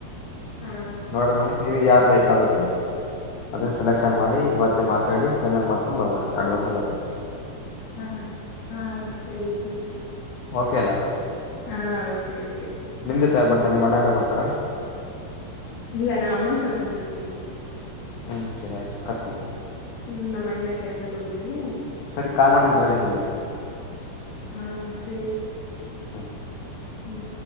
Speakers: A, on the left; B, on the left.
A: ಹಾ
B: ನೋಡ್ಮೇಲೆ ನಿಮಗ್ ಯಾವಾದ್ ಲೈಕ್ ಆಗುತ್ತೆ ಅದನ್ನ ಸೆಲೆಕ್ಷನ್ ಮಾಡಿ ಇವತ್ತೇ ಮಾತಾಡಿ ಫೈನಲ್ ಮಾರ್ಕ ಬರೋಲ್ಲ ಅಂತ ಅಡ್ವಾನ್ಸ್ ಎಲ್ಲ ಕೊಟ್ಟಿ
A: ಹಾ ಹಾ ಸರಿ ಸರಿ
B: ಓಕೆಲಾ
A: ಹಾ ಓಕೆ ಓಕೆ
B: ನಿಮ್ ಜೊತೆ ಯಾರ್ ಬರ್ತಾರೆ ನಿಮ್ಮ ಮಣ್ಣ ಯಾರ ಬರ್ತಾರಾ
A: ಇಲ್ಲ ನಾ ಅಮ್ಮನ ಕರ್ಕೊಂಡ್ಬಿಡ್ತೀನಿ
B: ಹ್ಮ್ ಸರಿಯ್ತ ಕರ್ಕೊಂಡುಬನ್ನಿ
A: ಹ್ಮ್ ನಮ್ಮ ಅಣ್ಣ ಕೆಲ್ಸಕ್ ಹೋಗಿದ್ದೇನನೆ.
B: ಸರಿ ಕಾಲ್ ಮಾಡ್ತಿದ್ದಳ್ಳಿ ಸಂಜೆ
A: ಹಾ ಸರಿ
B: ಹ್ಮ
A: ಹ್ಮ್